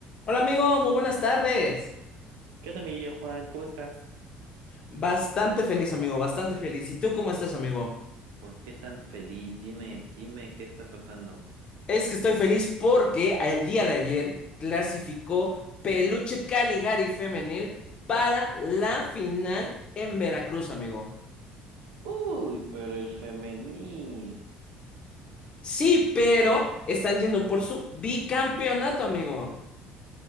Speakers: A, on the left (about 40°); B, on the right (about 90°).
A: Hola amigo, muy buenas tardes.
B: ¿Qué onda, amiguillo Juan? ¿Cómo estás?
A: Bastante feliz amigo, bastante feliz. ¿Y tú cómo estás amigo?
B: ¿Por qué tan feliz? Dime, dime, ¿qué está pasando?
A: Es que estoy feliz porque el día de ayer clasificó Peluche Caligari Femenil para la final en Veracruz amigo.
B: Uy, pero el femenil.
A: Sí, pero están yendo por su bicampeonato amigo.